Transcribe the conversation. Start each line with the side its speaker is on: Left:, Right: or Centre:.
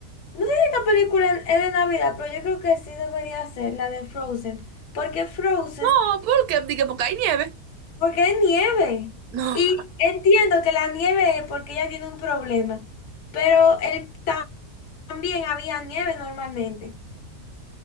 Left: No sé si esta película es de Navidad, pero yo creo que sí debería ser la de Frozen. Porque Frozen,
Right: No, ¿por qué? Dije, porque hay nieve. <laughs>
Left: porque es nieve.
Right: No,
Left: Y entiendo que la nieve es porque ella tiene un problema. Pero él ta- también había nieve normalmente.